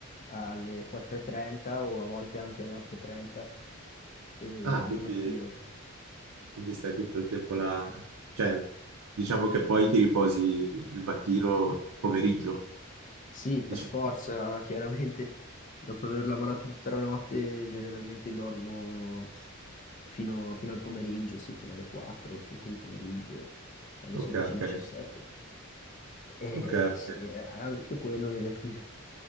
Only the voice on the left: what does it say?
alle 4.30 o a volte anche alle 8.30 eh,
del
mattino.
Sì, per
forza, <laughs> chiaramente, dopo aver lavorato tutta la notte generalmente dormo fino, fino al pomeriggio, sì, fino alle 4, 5 di pomeriggio, alle
16.17.
E diciassette.
Eh
sì, eh, anche quello devo dire.